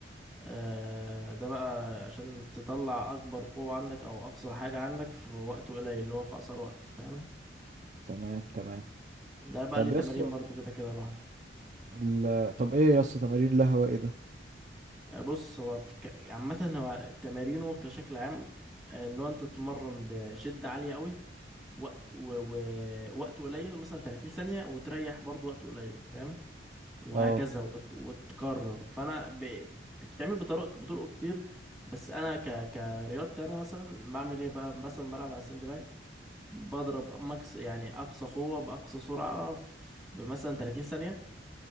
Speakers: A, in the centre; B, on the right.
A: آه، ده بقى عشان تطلع اكبر قوة عندك او اقصى حاجة عندك في وقت قليل اللي هو في اقصر وقت فاهم
B: تمام تمام
A: ده بقى
B: طب
A: ليه تمارين
B: يس
A: برضو كده كده لوحده
B: ال... طب ايه يس تمارين القهوة ايه ده
A: آه، بص هو في ك... عامة هو تمارينه كشكل عام آه، ان هو انت تتمرن بشدة عالية قوي وقت و... و... وقت قليل مثلا 30 ثانية وتريح برضو وقت قليل فاهم وهكذا
B: اه
A: وت... وتكرر فانا ب... بتتعمل بطرق بطرق كتير بس انا ك... كرياضتي انا مثلا بعمل ايه بقى مثلا بلعب على الساند باج بضرب ماكس يعني اقصى قوة باقصى سرعة في مثلا 30 ثانية